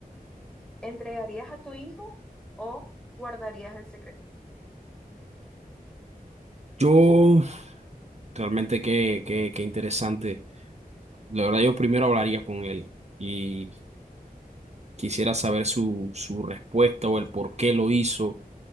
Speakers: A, in the centre; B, on the right (about 45°).
A: ¿Entregarías a tu hijo o guardarías el secreto?
B: yo realmente qué, qué, qué interesante. La verdad, yo primero hablaría con él y quisiera saber su, su respuesta o el por qué lo hizo